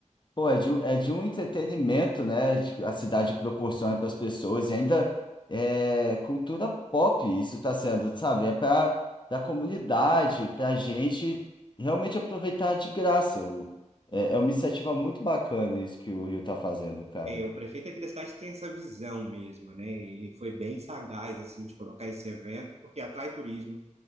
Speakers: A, on the left (about 35°); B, on the right (about 55°).
A: Pô, é de, um- é de um entretenimento, né? de- A cidade proporciona para as pessoas e ainda é cultura pop, isso está sendo, sabe? É para a comunidade, para a gente realmente aproveitar de graça. O- É, é uma iniciativa muito bacana isso que o Rio está fazendo, cara.
B: É, o prefeito aqui da cidade tem essa visão mesmo, né? Ele foi bem sagaz, assim, de colocar esse evento, porque atrai turismo,